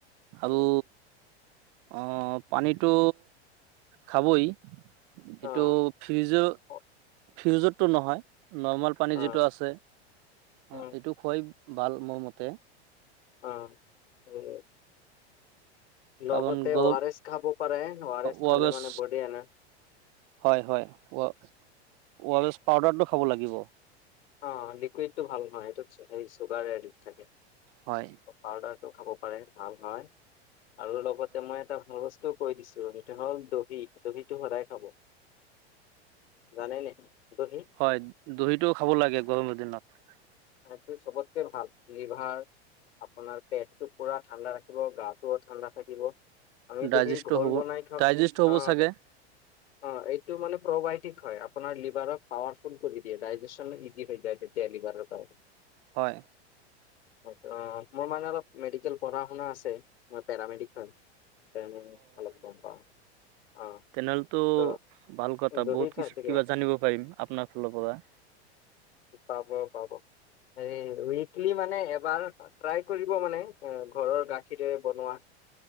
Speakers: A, on the right (about 50°); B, on the left (about 80°).
A: আবু
B: উম
A: অ, পানীটো খাবই। সেইটো
B: অ',
A: ফ্ৰিজৰ,
B: অ',
A: ফ্ৰউজতটো নহয়? নৰ্মেল পানী
B: অ
A: যিটো আছে,
B: উম,
A: সেইটো খুৱাই ভাল মোৰ মতে।
B: অ, উম।
A: কাৰণ
B: লগতে
A: গল
B: অ, আৰ এছ খাব পাৰে, অ, আৰ এছ
A: ৱাৰেছ
B: খালে মানে বডি এনা
A: হয়, হয়। ৱা, ৱাৰেছ পাউডাৰটো খাব লাগিব।
B: অ, লিকুইডটো ভাল নহয়, এইটোত হেৰি চুগাৰ এডিত থাকে।
A: হয়
B: পাউদাৰ টো খাব পাৰে ভাল হয়। আৰু লগতে মই এটা ভাল বস্তু টো, কৈ দিছো, হেইটো হ'ল দহি, দহিটো সদায় খাব। জানেনে দহি
A: হয়, দহিটো খাব লাগে, গৰমৰ দিনত।
B: হেইটো চবতকে ভাল। লিভাৰ আপোনাৰ পেটটো পুৰা ঠাণ্ডা ৰাখ ব, গাটো ঠাণ্ডা থাকিব, আমি
A: ডাইজেষ্ট
B: দহি ঘোল
A: হ'ব
B: বনাই খাওঁ,
A: ডাইজেষ্ট হ'ব
B: অ'।
A: চাগে
B: অ, এইটো মানে প্ৰভাইড। ঠিক হয়। আপোনাৰ লিভক পাৱাৰফুল কৰি দিয়ে, ডাইজে্যনত ইজি হৈ যায় তেতিয়া লিভাৰৰ কাৰণে। <unintelligible>
A: হয়
B: মোৰ মানে অলপ মেডিকেল পঢ়া শুনা আছে। পেৰা মেডিকেল। এনে অলপ গম পাও, অ'।
A: তেনেহলেটো
B: ত
A: ভাল কথা।
B: দহি
A: বহুত
B: খাই
A: কিছু
B: থাকিবা
A: কিবা জানিব পাৰিম, আপোনাৰ ফালৰ পৰা।
B: পাব, পাব। এই, উইক্লি মানে এবাৰ ট্ৰাই কৰিব মানে, ঘৰৰ গাখীৰে বনোৱা।